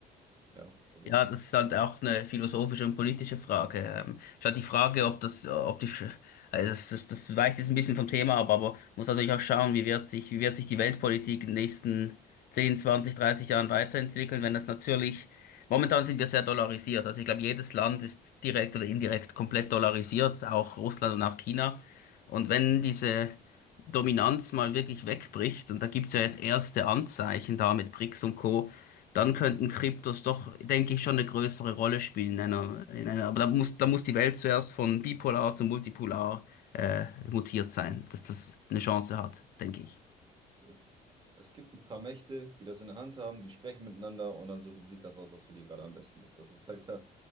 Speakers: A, on the right; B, on the left.
A: Ja, also
B: Ja, das ist halt auch eine philosophische und politische Frage. Ähm, ist halt die Frage, ob das, äh, ob die, Sch- also das, das, das weicht jetzt ein bisschen vom Thema ab, aber muss natürlich auch schauen, wie wird sich, wie wird sich die Weltpolitik in den nächsten 10, 20, 30 Jahren weiterentwickeln, wenn das natürlich, momentan sind wir sehr dollarisiert. Also ich glaube, jedes Land ist direkt oder indirekt komplett dollarisiert, auch Russland und auch China. Und wenn diese Dominanz mal wirklich wegbricht, und da gibt's ja jetzt erste Anzeichen da mit BRICS und Co., dann könnten Kryptos doch, denke ich, schon eine größere Rolle spielen in einer, in einer, aber da muss, da muss die Welt zuerst von bipolar zu multipolar äh, mutiert sein, dass das eine Chance hat, denke ich.
A: es, es gibt ein paar Mächte, die das in der Hand haben, die sprechen miteinander und dann suchen sie sich das aus, was für die gerade am besten ist. Das ist halt da,